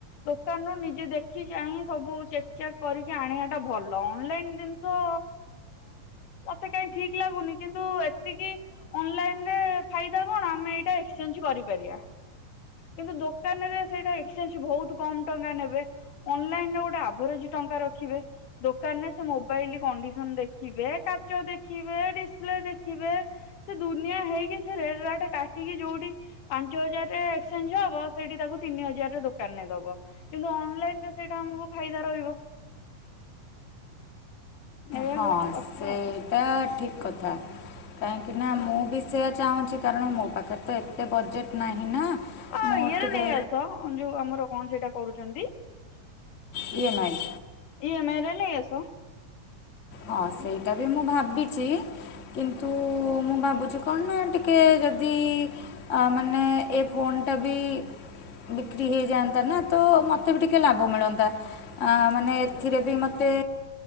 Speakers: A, on the left (about 70°); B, on the left (about 30°).
A: ଦୋକାନରୁୁ ନିଜେ ଦେଖି ଚାହିଁ ସବୁ ଚେକ୍ ଚାକ୍ କରିକି ଆଣିବାଟା ଭଲ। ଅନଲାଇନ୍ ଜିନିଷ ମତେ କାହିଁ ଠିକ ଲାଗୁନି କିନ୍ତୁ ଏତିକି ଅନଲାଇନରେ ଫାଇଦା କଣ ଆମେ ଏଇଟା ଏକ୍ସଚେଞ୍ଜ କରିପାରିବା। କିନ୍ତୁ ଦୋକାନରେ ସେଇଟା ଏକ୍ସଚେଞ୍ଜ ବହୁତ କମ ଟଙ୍କା ନେବେ। ଅନଲାଇନରେ ଗୋଟେ ଆଭରେଜ ଟଙ୍କା ରଖିବେ। କାରଣ ସେ ମୋବାଇଲ କଣ୍ଡିସନ ଦେଖିବେ କାଚ ଦେଖିବେ ଡିସପ୍ଲେ ଦେଖିବେ। ସେ ଦୁନିଆ ହେଇକି ସେ ରେଟ୍ ରାଟ କାଟିକି ଯୋଉଠି ପାଞ୍ଚ ହଜାରରେ ଏକ୍ସଚେଞ୍ଜ ହବ ସେଇଠି ତାକୁ ତିନି ହଜାରରେ ଦୋକାନରେ ଦବ। କିନ୍ତୁ ଅନଲାଇନରେ ସେଇଟା ଆମକୁ ଫାଇଦା ରହିବ। ଏଇଆ
B: ହଁ
A: ହଉଛି କଥା
B: ସେଇଟା
A: ଆଉ
B: ଠିକ୍ କଥା କାହିଁକିନା ମୁଁ ବି ସେୟା ଚାହୁଁଛି କାରଣ ମୋ ପାଖରେ ତ ଏତେ ବଜେଟ୍ ନାହିଁ ନା
A: ଅ
B: ମୋର
A: ଇଏରେ
B: ଟିକେ
A: ନେଇ ଆସ ଯୋଉ ଆମର କଣ ସେଇଟା କରୁଛନ୍ତି?
B: ଇଏ ମାଇ।
A: ଇଏ ମାଇ ରେ ନେଇ ଆସ।
B: ହଁ ସେଇଟା ବି ମୁଁ ଭାବିଛି। କିନ୍ତୁ ମୁଁ ଭାବୁଛି କଣ ନା ଟିକେ ଯଦି ଆ ମାନେ ଏ ଫୋନଟା ବି ବିକ୍ରି ହେଇଯାଆନ୍ତାନା ତ ମୋତେ ବି ଟିକେ ଲାଭ ମିଳନ୍ତା। ଆ ମାନେ ଏଥିରେ ବି ମୋତେ